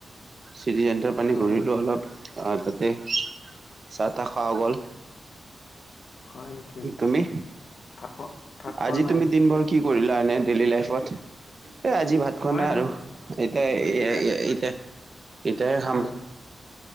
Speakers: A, on the right (about 40°); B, on the left (about 65°).
A: চিটি চেণ্টাৰ পিনে
B: হয়
A: ঘূৰিলোঁ
B: হয়
A: অলপ, অ তাতে চাহ তাহ খোৱা গল।
B: হয় নেকি
A: তুমি?
B: ভাত খোৱা ভাত খোৱা
A: আজি
B: নাই
A: তুমি দিনবৰ কি কৰিলা এনে ডেইলি লাইফত এ আজি ভাত খোৱা
B: মই
A: নাই
B: ইমান
A: আৰু। এতিয়া
B: এই
A: ইতা এতিয়াহে খাম।
B: হয়